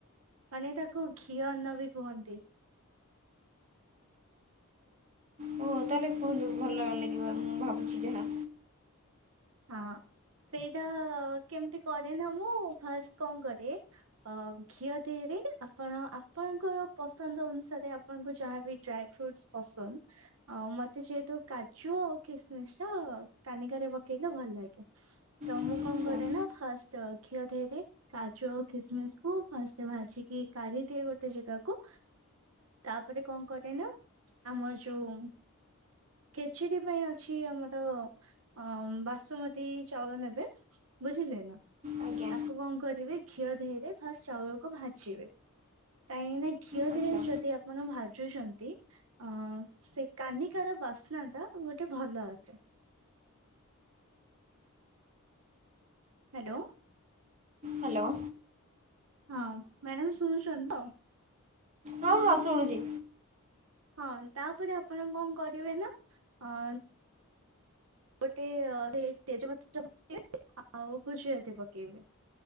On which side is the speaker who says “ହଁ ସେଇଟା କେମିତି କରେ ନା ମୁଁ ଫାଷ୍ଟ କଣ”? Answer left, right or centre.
Right